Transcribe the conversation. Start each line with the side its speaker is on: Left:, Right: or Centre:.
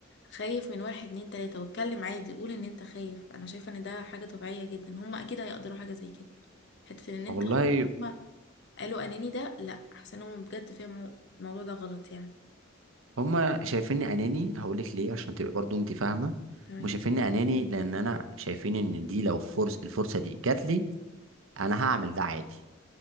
Left: خايف من واحد اتنين تلاتة واتكلم عادي قول ان انت خايف انا شايفة ان ده حاجة طبيعية جدا هما اكيد هيقدروا حاجة زي كده حتة ان انت
Right: والله
Left: قلت هما قالوا اناني ده لا حاسة ان هما بجد فهموا الموضوع ده غلط يعني
Right: هما شايفيني اناني هقول لك ليه عشان تبقى برضو انت فاهمه
Left: تمام
Right: مش شايفيني اناني لان انا شايفين ان دي لو فرص الفرصه دي جات لي انا هعمل ده عادي